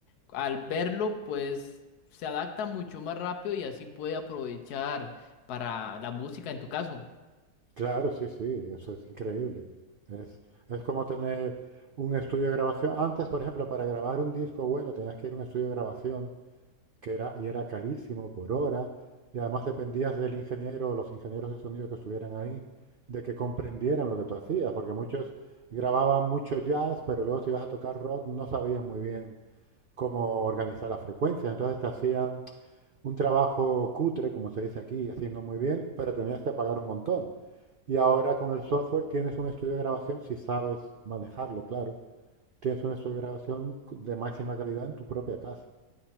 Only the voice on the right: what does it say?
claro, sí, sí, eso es increíble. Es, es como tener un estudio de grabación. Antes, por ejemplo, para grabar un disco bueno tenías que ir a un estudio de grabación que era, y era carísimo por hora, y además dependías del ingeniero o los ingenieros de sonido que estuvieran ahí, de que comprendieran lo que tú hacías, porque muchos grababan mucho jazz, pero luego si ibas a tocar rock no sabían muy bien cómo organizar las frecuencias, entonces te hacían un trabajo cutre, como se dice aquí, así no muy bien, pero tenías que pagar un montón. Y ahora con el software tienes un estudio de grabación, si sabes manejarlo, claro, tienes un estudio de grabación de máxima calidad en tu propia casa.